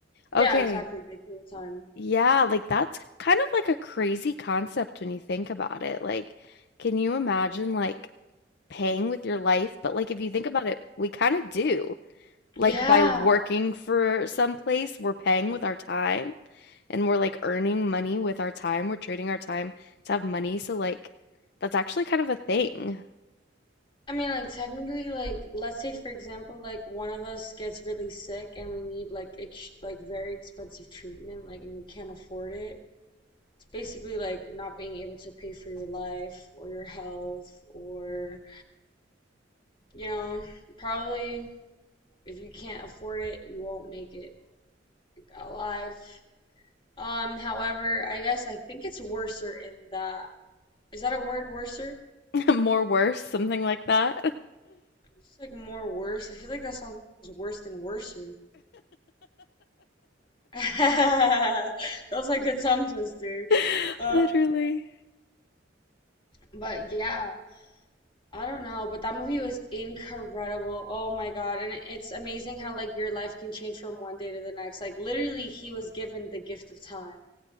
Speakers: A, on the left; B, on the left.
A: yeah,
B: Okay.
A: exactly. They kill the time.
B: Yeah, like that's kind of like a crazy concept when you think about it. Like, can you imagine like paying with your life? But like if you think about it, we kind of do. Like
A: Yeah.
B: by working for some place, we're paying with our time and we're like earning money with our time. We're trading our time to have money. So like that's actually kind of a thing.
A: I mean, like, technically, like, let's say, for example, like, one of us gets really sick and we need, like, ex like, very expensive treatment, like, and we can't afford it. It's basically like not being able to pay for your life or your health, or, you know, probably if you can't afford it, you won't make it alive. Um, however, I guess I think it's worser in that. Is that a word, worser?
B: <laughs> More worse, something like that.
A: It's like more worse. I feel like that sounds worse than worser. <laughs> That was like a tongue twister.
B: <laughs>
A: Um,
B: Literally.
A: but yeah, I don't know, but that movie was incredible. Oh my God. And it's amazing how like your life can change from one day to the next. Like literally he was given the gift of time.